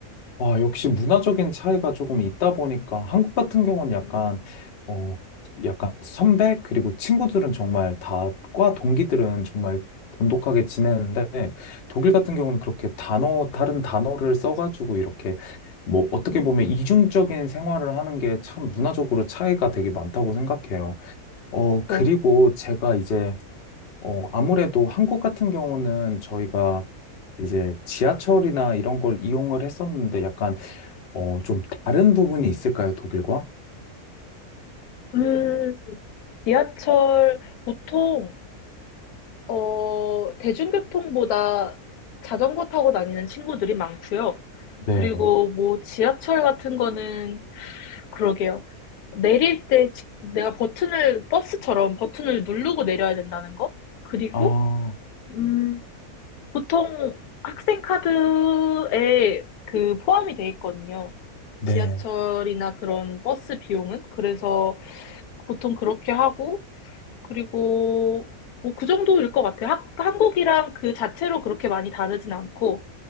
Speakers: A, on the left (about 50°); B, on the left (about 85°).
A: 아, 역시 문화적인 차이가 조금 있다 보니까 한국 같은 경우는 약간,
B: 음,
A: 어, 약간 선배, 그리고 친구들은 정말 다, 과 동기들은 정말 돈독하게 지내는데, 독일 같은 경우는 그렇게 단어, 다른 단어를 써가지고 이렇게, 뭐, 어떻게
B: 음,
A: 보면 이중적인 생활을 하는 게 참 문화적으로 차이가 되게 많다고 생각해요. 어,
B: 그렇죠.
A: 그리고 제가 이제, 어, 아무래도 한국 같은 경우는 저희가 이제 지하철이나 이런 걸 이용을 했었는데 약간, 어, 좀 다른 부분이 있을까요, 독일과?
B: 음, 지하철 보통 어, 대중교통보다 자전거 타고 다니는 친구들이 많고요.
A: 네.
B: 그리고 뭐 지하철 같은 거는 그러게요. 내릴 때 지- 내가 버튼을 버스처럼 버튼을 누르고 내려야 된다는 거? 그리고
A: 아,
B: 음, 보통 학생 카드에 그 포함이 돼 있거든요.
A: 네.
B: 지하철이나 그런 버스 비용은 그래서 보통 그렇게 하고 그리고 뭐 그 정도일 것 같아요. 학- 한국이랑 그 자체로 그렇게 많이 다르진 않고,